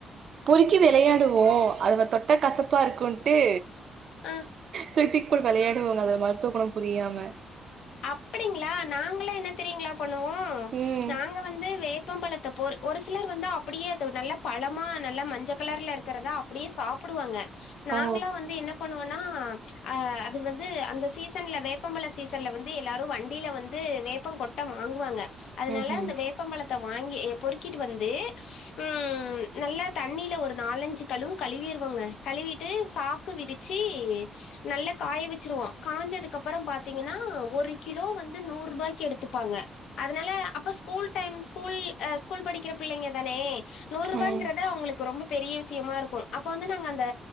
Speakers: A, on the right; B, on the left.
A: பொறிக்கி விளையாடுவோ அதுவ தொட்ட கசப்பா ருக்குன்ட்டு
B: அ
A: துய்க்தூக் போட்டு விளையாடுவோங்க அது மருத்துவ குணம் புரியாம
B: அப்டிங்களா நாங்களா இன்னா தெரியீங்களா பண்ணுவோ
A: ம்
B: நாங்க வந்து வேப்பம்பழத்த பொரு ஒரு சிலர் வந்து அப்டியே அது நல்ல பழமா நல்ல மஞ்ச கலர்ல இருக்கிறதா அப்டியே சாப்டுவாங்க நாங்களா
A: ஓ
B: வந்து என்னப் பண்ணுவனா அ அது வந்து அந்த சீசன்ல வேப்பம்பழ சீசன்ல வந் து எல்லாரும் வண்டியில வந்து வேப்ப கொட்ட வாங்குவாங்க அதனால
A: ம்ஹும்
B: அந்த வேப்பம்பழத் த வாங்கி பொறுக்கிட்டு வந்து ம் நல்லா தண்ணியில ஒரு நாலஞ்சு கழுவு கழுவி விருவோங்க கழுவீட்டு சாக்கு விரிச்சி நல்ல காய வெச்சிருவோன காஞ்சதுக்குப்புறம் பாத்தீங்கன்னா ஒரு கிலோ வந்து நூற்ரூபாய்க்கு எடுத்துப்பாங்க அதனால அப்ப ஸ்கூல் டைம் ஸ்கூல் அ ஸ்கூல் ப டிக்கிற பிள்ளைங்க தானே நூரூபாங்கிறது
A: ம் ம்
B: அவங்களுக்கு ரொம்ப பெரிய விஷயமா இருக்கும் அப்ப வந்து நாங்க அந்த